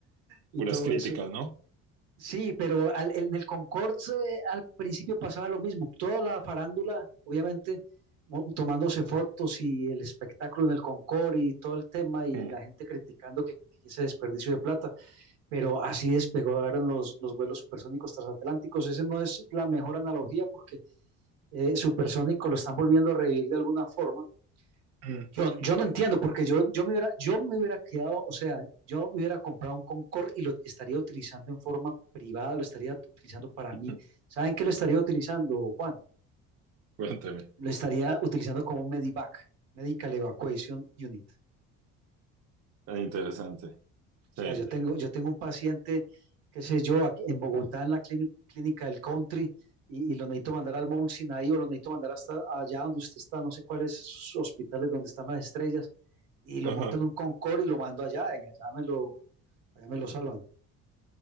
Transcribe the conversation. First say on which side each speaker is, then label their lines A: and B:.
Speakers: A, on the right; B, on the right.
A: y
B: Puras
A: todo
B: críticas,
A: eso.
B: ¿no?
A: Sí, pero al- en el Concord eh, al principio pasaba lo mismo. Toda la farándula, obviamente, mo- tomándose fotos y el espectáculo en el Concord y todo el tema y
B: Mm.
A: la gente criticando que, que ese desperdicio de plata. Pero así despegaron los, los vuelos supersónicos transatlánticos. Ese no es la mejor analogía porque eh, supersónico lo están volviendo a revivir de alguna forma
B: Mm.
A: yo, yo no entiendo, porque yo, yo, me hubiera, yo me hubiera quedado, o sea, yo hubiera comprado un Concord y lo estaría utilizando en forma privada, lo estaría utilizando para
B: <laughs>
A: mí. ¿Saben qué lo estaría utilizando, Juan?
B: Cuénteme.
A: Lo estaría utilizando como un Medivac, Medical Evacuation Unit.
B: Interesante. Sí.
A: O sea, yo tengo, yo tengo un paciente, qué sé yo, aquí en Bogotá, en la clínica, clínica del Country, y, y, lo necesito mandar al Mount Sinai o lo necesito mandar hasta allá donde usted está, no sé cuáles hospitales donde están las estrellas, y lo
B: Ajá.
A: monto en un Concord y lo mando allá, y allá me lo allá me lo salvan.